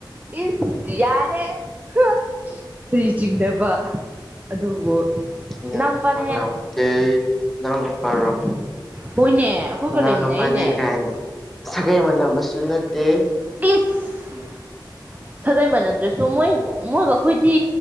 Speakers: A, on the right; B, in the centre.
A: ꯏꯁ ꯌꯥꯔꯦ ꯍꯨꯍ ꯀꯔꯤ ꯆꯤꯡꯅꯕ ꯑꯗꯨꯕꯨ
B: ꯆꯤꯡꯅꯗꯕ
A: ꯏꯅꯥꯎꯅꯨꯄꯥꯅꯦꯍꯦ
B: ꯉꯝꯗꯦ ꯅꯅꯥꯎ ꯅꯨꯄꯥꯔꯣ
A: ꯍꯣꯏꯅꯦ ꯑꯩꯈꯣꯏꯒ
B: ꯏꯅꯥꯎꯅꯨꯄꯥꯅꯦ
A: ꯂꯩꯃꯤꯟꯅꯩꯅꯦ
B: ꯀꯥꯏꯅ ꯁꯥꯒꯩ ꯃꯥꯟꯅꯕꯁꯨ ꯅꯠꯇꯦ
A: ꯏꯁ ꯁꯥꯒꯩ ꯃꯥꯅꯗꯔꯁꯨ ꯃꯣꯏ ꯃꯣꯏꯒ ꯑꯩꯈꯣꯏꯗꯤ